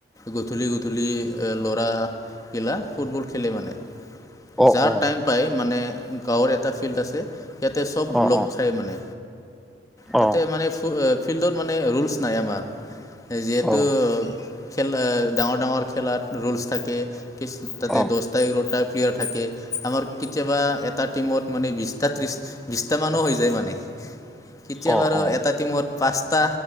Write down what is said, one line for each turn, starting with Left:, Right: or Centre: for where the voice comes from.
Left: গধূলি-গধূলি এ ল'ৰা গিলা ফুটবল খেলে মানে
Centre: অ
Left: যাৰ
Centre: অ
Left: টাইম পাই মানে গাঁৱৰ এটা ফিল্ড আছে ইয়াতে চব
Centre: অ
Left: লগ
Centre: অ
Left: খাই মানে তাতে
Centre: অ
Left: মানে ফ ফিল্ডত মানে ৰুলচ নাই আমাৰ যিহেতু
Centre: অ
Left: খেল ডাঙৰ ডাঙৰ খেলাত ৰোলচ থাকে কি তাতে
Centre: অ অ
Left: দহটা এঘাৰটা প্লেয়াৰ থাকে আমাৰ কেতিয়াবা এটা টিমত মানে বিছটা ত্ৰিছ বিশটা মানো হৈ যায় মানে কেতিয়া
Centre: অ অ
Left: বাৰু
Centre: অ
Left: এটা টিমত পাঁচটা